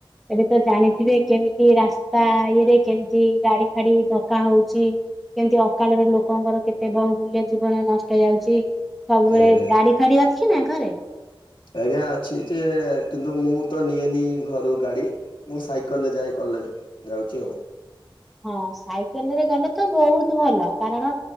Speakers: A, in the centre; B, on the left.
A: ଏବେ ତ ଜାଣି ସେଥିରେ କେମିତି ରାସ୍ତା ଇଏରେ କେମିତି ଗାଡି ଫାଡି ଧକା ହଉଛି। କେମିତି ଅକାଳରେ ଲୋକଙ୍କର କେତେ ବହୁମୂଲ୍ୟ ଜୀବନ ନଷ୍ଟ ଯାଉଛି। ସବୁବେଳେ
B: ଆଜ୍ଞା
A: ଗାଡି ଫାଡି ଅଛି ନା ଘରେ?
B: ଆଜ୍ଞା ଅଛି ଯେ କିନ୍ତୁ ମୁଁ ତ ନିଏନି ଘରୁ ଗାଡି ମୁଁ ସାଇକେଲରେ ଯାଏ କ ଲେଜ୍‌ ଯାଉଛି ଆଉ।
A: ହଁ ସାଇକେଲ ରେ ଗଲେ ତ ବହୁତ ଭଲ କାରଣ